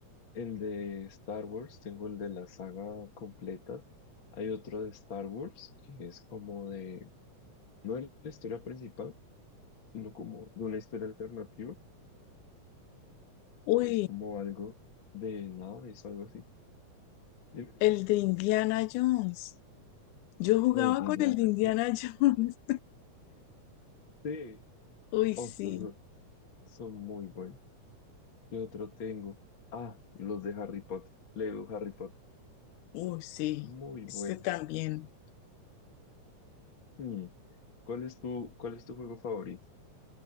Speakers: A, on the left; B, on the left.
A: el de Star Wars, tengo el de la saga completa. Hay otro de Star Wars que es como de, no de la historia principal, sino como de una historia alternativa,
B: Uy,
A: que es como algo de naves o algo así. Dime,
B: el de Indiana Jones. Yo jugaba
A: Los de
B: con
A: Indiana
B: el de Indiana
A: Jones.
B: Jones.
A: Sí.
B: <laughs> Uy, sí.
A: Oh, son, son muy buenos. ¿Qué otro tengo? Ah, los de Harry Potter. Lego Harry Potter.
B: Uy, sí.
A: Muy
B: Este
A: buenos.
B: también.
A: Hmm. ¿Cuál es tu, cuál es tu juego favorito